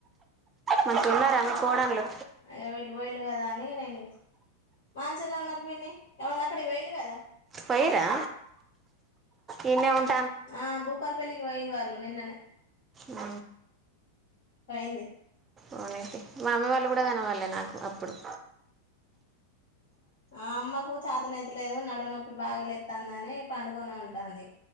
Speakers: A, on the right; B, on the left.
A: మంచిగున్నారా మీ కోడన్లు
B: అయో వీళ్ళు పోయిల్లు కదా అని నేను మంచిగనే ఉన్నారు పిన్ని, ఎవళ్ళక్కడికి పోయిల్లు కదా
A: పోయిర్రా ఈడ్నే ఉన్
B: ఆ భూపాలపెల్లికి పోయిల్లు వాల్లు నిన్ననే
A: ఆ
B: పైంది
A: అవునంటి, మా అమ్మీ వాళ్ళు కూడా కనవడలే నాకు అప్పుడు
B: ఆ అమ్మకు చాతనైతలేదు, నడువు నొప్పి బాగాలేెత్తందని పండుకొనే ఉంటాంది.